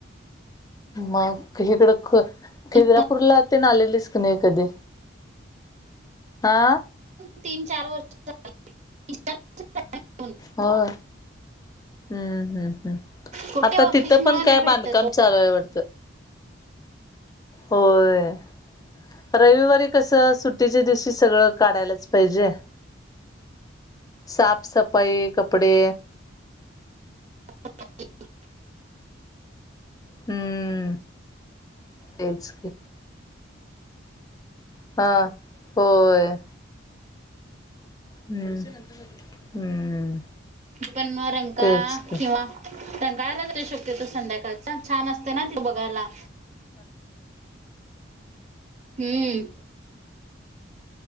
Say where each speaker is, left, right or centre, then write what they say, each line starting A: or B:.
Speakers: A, on the left; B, on the right.
A: मग हिकडं ख तुळजा
B: ह <inaudible>
A: पूर ला ते न आलेलीस क नाही कधी हा,
B: तीन चार वर्ष झाली.
A: होय हम्म हम्म हम्म
B: कुठे
A: आता
B: ऑफिस
A: तिथं
B: मुळे
A: पण
B: नाही
A: काय
B: भेटत
A: बांधकाम
B: ओ.
A: चालूयवडतं. होय. रविवारी कसं सुट्टीच्या दिवशी सगळं काढायलाच पाहिजे. साफसफाई कपडे.
B: <inaudible>
A: हम्म तेच की. हा होय. हम्म हम्म.
B: पण मग रंगकाळा
A: तेच की
B: किंवा, रंकाळला तरी शक्यतो संध्याकाळचा छान असते ना त बघायला. हम्म.